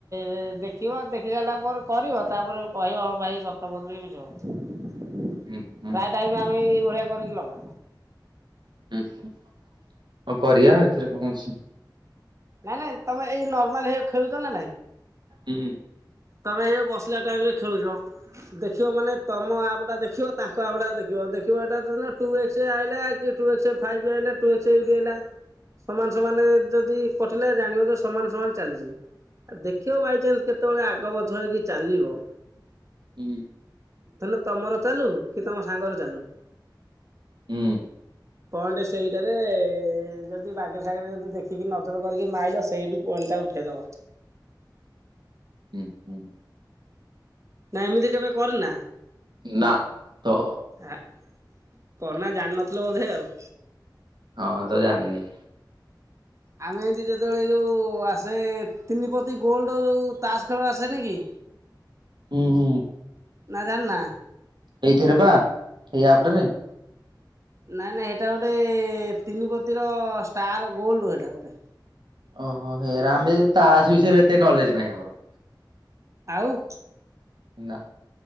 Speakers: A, on the right; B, on the right.
A: ଦେଖ ଦେଖିବ ଦେଖି ସାରିଲା ପରେ କରିବ ତାପରେ କହିବ ହଁ ଭାଇ ସତ କହୁଥିଲେ କି ମିଛ କହୁଛି।
B: ହୁଁ-ହୁଁ
A: ପ୍ରାୟ ଟାଇମି ଆମେ ଏଇ ଭଳିଆ କରିକି ଲଗାଉ।
B: ହୁଁ-ହୁଁ ଆଉ କରିଆ ଏଥିରେ କଣ ଅଛି।
A: ନାଇଁ ନାଇଁ ତମେ ଏଇ ନର୍ମାଲ ହେରେ ଖେଳୁଚ ନା ନାଇଁ?
B: ହୁଁ।
A: ତମେ ଏଇ ବସିଲା ଟାଇମ୍ ରେ ଖେଳୁଚ। ଦେଖିବ ମାନେ ତମ ଆପ୍ ଟା ଦେଖିବ ତାଙ୍କ ଆପ୍ ଟା ଦେଖିବ-ଦେଖିବ ଏଟା <unintelligible> ଟୁ ଏକ୍ସ ଆଇଲା କି ଟୁ ଏକ୍ସେ ଫାଇଭ୍ ଆଇଲା ଟୁ ଏକ୍ସ ଏଇଟି ଆଇଲା ସମାନ ସମାନ ଯଦି କଟିଲା ଜାଣିବ ଯେ ସମାନ-ସମାନ ଚାଲିଚି। ଆ ଦେଖିବ ବାଇଚନ୍ସ କେତେବେଳେ ଆଗ ପଛ ହେଇକି ଚାଲିବ
B: ହୁଁ।
A: ତାଲେ ତମର ଚାଲୁ କି ତମ ସାଙ୍ଗରେ ଚାଲୁ।
B: ହୁଁ।
A: ପଏଣ୍ଟ ସେଇଟାରେ ଯଦି ବାଗେରେ ସାଗେରେ ଯଦି ଦେଖି କି ନଜର କରିକି ମାଇଲ ସେଇଠି ପଏଣ୍ଟ ଟା ଉଠେଇଦବ।
B: ହୁଁ।
A: ନା ଏମିତି କେବେ କରିନା?
B: ନା ତ
A: ଆ କରିନା ଜାଣିନଥିଲ ବୋଧେ ଆଉ।
B: ହଁ ତ ଜାଣିନି।
A: ଆମେ ଏନ୍ତି ଯେତେବେଳେ ଯୋଉ ଆସେ ତିନିପତି ଗୋଲଡ ଯୋଉ ତାସ୍ ଖେଳ ଆସେନି କି।
B: ହୁଁ-ହୁଁ।
A: ନା ଜାଣିନା?
B: ଏଇଥିରେ ବା ଏଇ ଆପଟାରେ।
A: ନାଇଁ ନାଇଁ ହେଇଟା ଗୋଟେ ତିନିପତିର ଷ୍ଟାର ଗୋଲ୍ଡ ହେଟା ଗୋଟେ।
B: ଓହୋ ହେରା ଆମେ ତାସ ବିଷୟରେ ଏତେ ନଲେଜ ନାହିଁ ଆମର।
A: ଆଉ?
B: ନା।